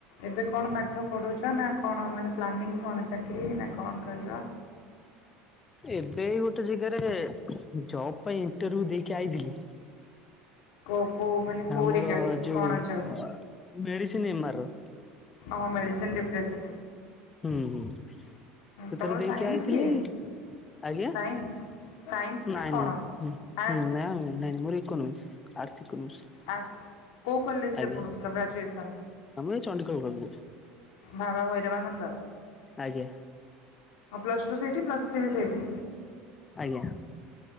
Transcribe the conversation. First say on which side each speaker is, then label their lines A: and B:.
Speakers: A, on the left; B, on the left.
A: ଏବେ କଣ ପାଠ ପଢୁଛ ନା କଣ ମାନେ ପ୍ଲାନିଂ କଣ ଚାକିରି ନା କଣ କରିବା?
B: ଏବେ ଗୋଟେ ଜାଗାରେ ଜବ୍ ପାଇଁ ଇଣ୍ଟର ଭ୍ୟୁ ଦେଇକି ଆଇଥିଲି।
A: କୋ କୋ ମାନେ କୋଉ
B: ଆମର
A: ରିଗାର୍ଡିଙ୍ଗସ୍
B: ଯୁ
A: କଣ ଅଛି
B: ଆ ମେଡିସିନ ଏମ ଆର ର।
A: ଅ ମେଡିସିନି ଡିପ୍ରେସେଟେଡ୍।
B: ହୁଁ ହୁଁ ସେଥିରେ
A: ତମର
B: ଦେଇକି
A: ସାଇନ୍ସ
B: ଆଇଥିଲି।
A: କି?
B: ଆଜ୍ଞା
A: ସାଇନ୍ସ ସାଇନ୍ସ ନା
B: ନାଇଁ
A: କଣ?
B: ନାଇଁ ହୁଁ
A: ଆର୍ଟସ୍
B: ହୁଁ ନା ନାଇଁ ନାଇଁ ମୋର ଇକୋନମିକ୍ସ। RC economics.
A: ଆସ୍ କେଉଁ କଲେଜରେ
B: ଆଜ୍ଞା
A: ପଢ଼ୁଥୁଲ ଗ୍ରାଜୁଏସନ୍?
B: ଆମର ଏଇ ଚଣ୍ଡିଖୋଲ କଲେଜରେ
A: ବାବା ଭୈରବା ଆନନ୍ଦ।
B: ଆଜ୍ଞା।
A: ହଁ ପ୍ଲସ୍ ଟୁ ସେଇଠି ପ୍ଲସ୍ ଥ୍ରୀ ବି ସେଇଠି।
B: ଆଜ୍ଞା।